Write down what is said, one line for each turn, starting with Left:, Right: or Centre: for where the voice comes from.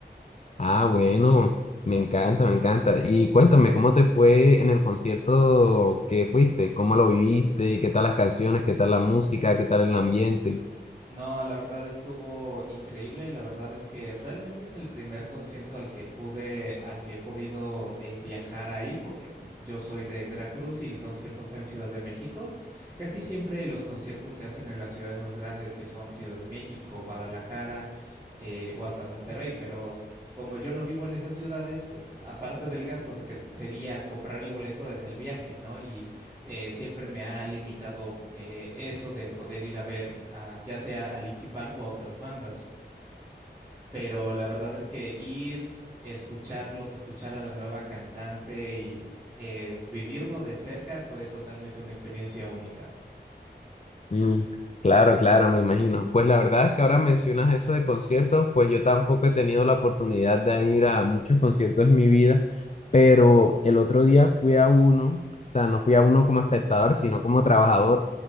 Left: Ah, bueno, me encanta, me encanta. Y cuéntame, ¿cómo te fue en el concierto que fuiste? ¿Cómo lo viviste? ¿Qué tal las canciones? ¿Qué tal la música? ¿Qué tal el ambiente?
Right: No, la verdad estuvo increíble. La verdad es que realmente es el primer concierto al que pude, al que he podido eh, viajar a ir, porque pues yo soy de Veracruz y el concierto fue en Ciudad de México. Casi siempre los conciertos se hacen en las ciudades más grandes, que son Ciudad de México, Guadalajara, eh, o hasta Monterrey. Pero como yo no vivo en esas ciudades, pues aparte del gasto de que sería comprar el boleto es el viaje, ¿no? Y eh, siempre me ha limitado eh, eso de poder ir a ver a- ya sea a Linkin Park o a otras bandas. Pero la verdad es que ir, escucharlos, escuchar a la nueva cantante y eh, vivirlo de cerca fue totalmente una experiencia única.
Left: Mm, claro, claro, me imagino. Pues la verdad es que ahora mencionas eso de conciertos, pues yo tampoco he tenido la oportunidad de ir a muchos conciertos en mi vida, pero el otro día fui a uno, o sea, no fui a uno como espectador, sino como trabajador,